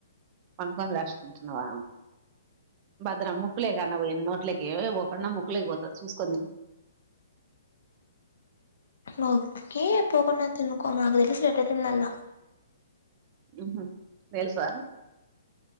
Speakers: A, on the right; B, on the left.
A: కొను కొని రాసు థింతునవా బాద్రాం ముకులేకి అనా పోయిను నాట్ అట్లకి ఏవే పోండా ముొక్కలేకిపోతాది చూసుకోని థిను
B: నోకి పోకునా థినుకో మా అకాలియతే లేట్ అయితుంది అన్నావ్
A: ఉహుమ్ తెలుసా